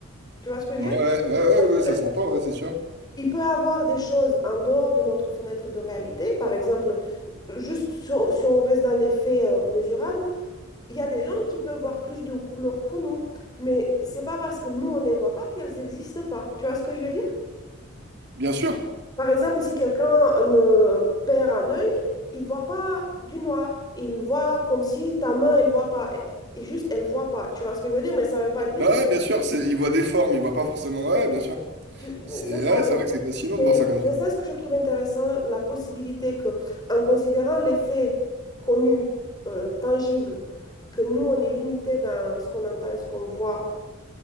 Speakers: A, on the left; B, on the right.
A: Tu vois ce que je
B: Ouais,
A: veux dire?
B: ouais, ouais, ouais, ouais, ouais, ça
A: Euh,
B: s'entend, ouais, c'est sûr.
A: Il peut y avoir des choses en dehors de notre fenêtre de réalité. Par exemple, juste si on, si on reste dans les faits euh, mesurables, il y a des gens qui peuvent voir plus de couleurs que nous. Mais c'est pas parce que nous, on ne les voit pas qu'elles n'existent pas. Tu vois ce que je veux dire?
B: Bien sûr.
A: Par exemple, si quelqu'un euh, perd un œil, il voit pas du noir. Il voit comme si ta main, elle voit pas. Et Juste, elle voit pas. Tu vois ce que je veux dire? Mais ça veut pas dire
B: Ouais, ouais,
A: que
B: bien sûr. C'est, il voit des formes, il voit pas forcément. Ouais, ouais, bien sûr.
A: tu-
B: C'est
A: C'est
B: ouais,
A: ça.
B: c'est
A: donc,
B: vrai que c'est fascinant de
A: c'est
B: voir ça comme
A: c'est
B: ça.
A: ça ce que je trouve intéressant, la possibilité que, en considérant les faits connus, euh, tangibles, que nous, on est limité dans ce qu'on entend et ce qu'on voit